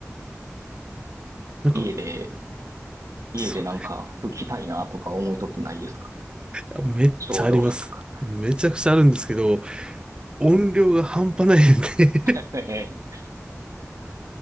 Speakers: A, on the right; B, on the right.
A: なんか、
B: 家で、家でなんか吹きたいなとか思うときないですか
A: そう、あめっちゃあります。
B: ちょうどとか。
A: めちゃくちゃあるんですけど、音量が半端ないんで
B: <laughs> えー